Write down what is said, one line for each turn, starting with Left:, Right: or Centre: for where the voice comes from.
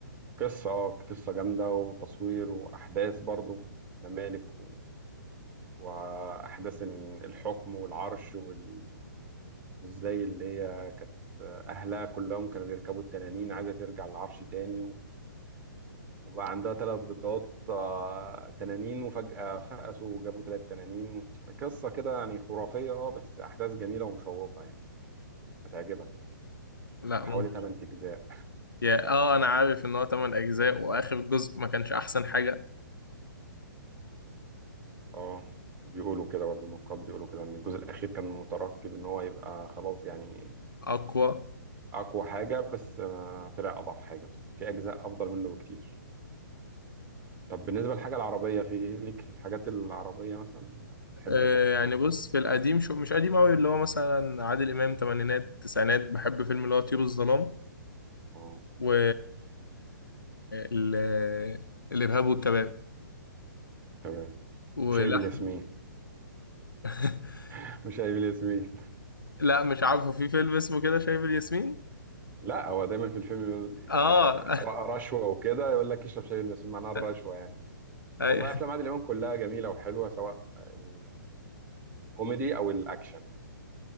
Right: قصه اه قصه جامده وتصوير واحداث برضو ممالك و... واحداث إن الحكم والعرش وال... وازاي اللي هي كانت اهلها كلهم كانوا بيركبوا التنانين عايزه ترجع للعرش تاني وبقى عندها ثلاث بيضات آه، تنانين وفجأة فقسوا وجابوا ثلاث تنانين قصة كده يعني خرافية اه بس أحداث جميلة ومشوقة يعني هتعجبك
Left: لا
Right: حوالي
Left: ممكن
Right: 8 أجزاء
Left: يا آه أنا عارف إن هو تمن أجزاء وآخر جزء ما كانش أحسن حاجة
Right: اه بيقولوا كده برضه النقاد بيقولوا كده إن الجزء الأخير كان مترقب إن هو يبقى خلاص يعني
Left: أقوى
Right: أقوى حاجة بس آه، طلع أضعف حاجة بصراحة في أجزاء أفضل منه بكتير طب بالنسبة للحاجة العربية في إيه ليك الحاجات العربية مثلا بتحب
Left: آه،
Right: تشوفها
Left: يعني بص في القديم شو مش قديم قوي اللي هو مثلا عادل امام تمانينات تسعينات بحب فيلم اللي هو طيور الظلام
Right: اه
Left: و ال- الارهاب والكباب
Right: تمام
Left: ولحم
Right: وشاي بالياسمين
Left: <laughs>
Right: <laughs> وشاي بالياسمين
Left: لا مش عارفه في فيلم اسمه كده شايب الياسمين
Right: لا هو دايما في الفيلم يقول
Left: اه
Right: يعني ر- رشوه وكده يقول لك اشرب شاي المسيب معناها الرشوه
Left: <laughs>
Right: يعني
Left: أي.
Right: والله افلام عادل امام كلها جميله وحلوه سواء ال- الكوميدي او الاكشن يعني